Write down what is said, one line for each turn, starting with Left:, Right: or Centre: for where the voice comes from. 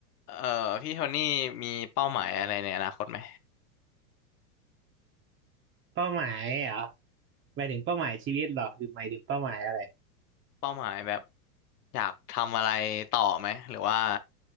Left: เอ่อพี่โทนี่มีเป้าหมายอะไรในอนาคตไหม
Right: เป้าหมายเหรอหมายถึงเป้าหมายชีวิตเหรอหรือหมายถึงเป้าหมายอะไร
Left: เป้าหมายแบบอยากทำอะไรต่อไหมหรือว่า